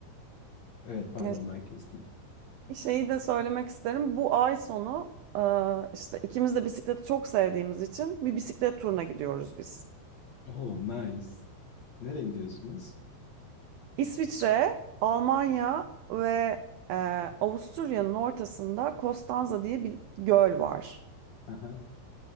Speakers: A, on the left (about 55°); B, on the right (about 85°).
A: evet pardon
B: e,
A: ben kestim.
B: Şeyi de söylemek isterim. Bu ay sonu e, işte ikimiz de bisikleti çok sevdiğimiz için bir bisiklet turuna gidiyoruz biz.
A: Oh nice. Nereye gidiyorsunuz?
B: İsviçre, Almanya ve e, Avusturya'nın ortasında Kostanza diye bir göl var.
A: Aha.